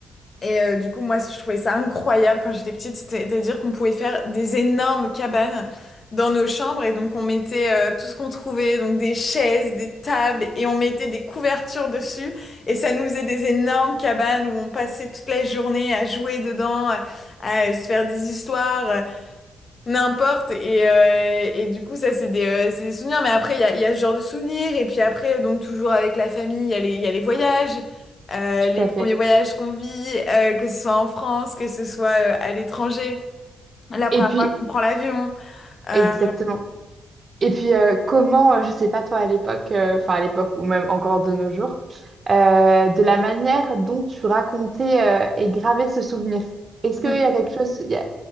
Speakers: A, on the left; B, on the right.
A: et euh, du coup, moi, je trouvais ça incroyable quand j'étais petite, c'était- c'est-à-dire qu'on pouvait faire des énormes cabanes dans nos chambres, et donc on mettait euh, tout ce qu'on trouvait, donc des chaises, des tables, et on mettait des couvertures dessus, et ça nous faisait des énormes cabanes où on passait toute la journée à jouer dedans, à se faire des histoires. N'importe. Et, euh, et du coup, ça, c'est des, euh, c'est des souvenirs. Mais après, il y a, il y a ce genre de souvenirs. Et puis après, euh, donc toujours avec la famille, il y a les, il y a les voyages, euh,
B: Tout
A: les
B: à
A: premiers
B: fait.
A: voyages qu'on vit, euh, que ce soit en France, que ce soit euh, à l'étranger. La première
B: Et puis,
A: fois qu'on prend l'avion. Euh,
B: exactement. Et puis, euh, comment, euh, je sais pas toi à l'époque, euh, enfin à l'époque ou même encore de nos jours, euh, de la manière dont tu racontais euh, et gravais ce souvenir. Est-ce qu'il
A: hum,
B: y a quelque chose... il y a-